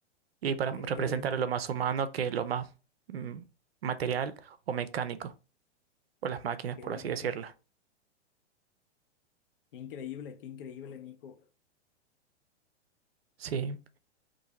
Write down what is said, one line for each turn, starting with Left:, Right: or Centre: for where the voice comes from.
Right: Y para
Left: Qué,
Right: representar
Left: qué bonito,
Right: lo más humano que lo más mm, material o mecánico, o las máquinas,
Left: qué
Right: por
Left: bonito,
Right: así decirlo.
Left: qué increíble, qué increíble, Nico.
Right: Sí.